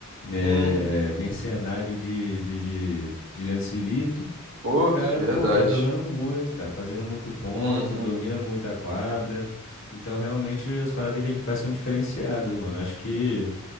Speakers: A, on the left; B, on the right.
A: é,
B: Uhum.
A: mercenário de, de, de, de lance livre.
B: Pô,
A: O cara,
B: de verdade.
A: pô, tá jogando muito, cara, fazendo muito ponto,
B: Uhum.
A: domina muito a quadra. Então, realmente, as paradas que ele faz são diferenciadas, mano. Acho que